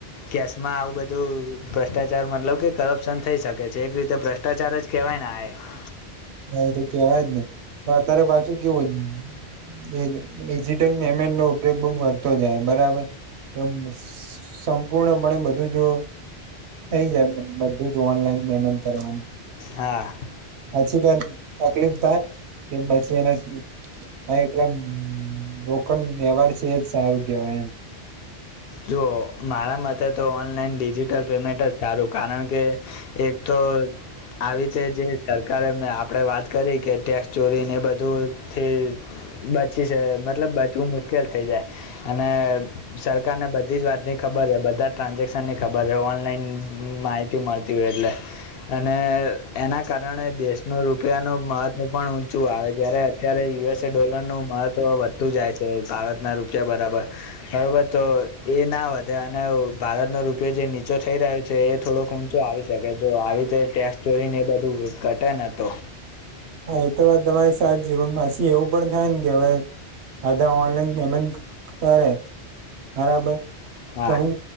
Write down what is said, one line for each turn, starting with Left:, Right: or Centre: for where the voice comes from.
Left: કેશમાં આવુ બધુ ભ્રષ્ટાચાર, મતલબ કે કરપ્શન થઈ શકે છે, એક રીતે સાચું જ કહેવાય ને આ
Right: હા, એ તો કહેવાય જ ને. તો અત્યારે પાછું કેવું હોય. ડિજિટલ પેમેન્ટનો ઉપયોગ બહુ વધતો જાય છે, બરાબર એ સંપૂર્ણપણે બધું જો એ જ બધું જ ઓનલાઈન પેમેન્ટ કરવાનુ
Left: હા
Right: પછી કોઈ તકલીફ થાય કે પછી એના હા, એકલા રોકડ વ્યવહાર છે એ જ સારુ કહેવાય એમ
Left: જો મારા મતે તો ઓનલાઈન ડિજિટલ પેમેન્ટ જ સારું, કારણ કે એક તો આવી રીતે જે સરકારે આપણે વાત કરી કે ટેક્સ ચોરી અને બધુંથી. બચી છે, મતલબ બચવું મુશ્કેલ થઈ જાય અને સરકારને બધી જ વાતની ખબર હોય, બધા ટ્રાન્ઝેક્શનની ખબર હોય અને ઓનલાઈન માહિતી રહે માહિતી હોય એટલે અને એના કારણે દેશના રૂપિયાનું મહત્વ પણ ઊંચું આવે, જ્યારે અત્યારે યુએસ ડોલરનું મહત્વ વધતું જાય છે, ભારતના રૂપિયા બરાબર બરાબર, તો એ ન વધે અને ભારતનો રૂપિયો જે નીચો થઈ રહ્યો છે. છે એ થોડોક ઊંચો આવી શકે, તો આવી રીતે ટેક્સ ચોરી અને એ બધું ઘટતું હોય.
Right: હા, એ તો વાત તમારી સાચી છે. એવું પણ થાય ને કે હવે. બધા ઓનલાઈન પેમેન્ટ કરે, બરાબર વાત
Left: હા
Right: એવું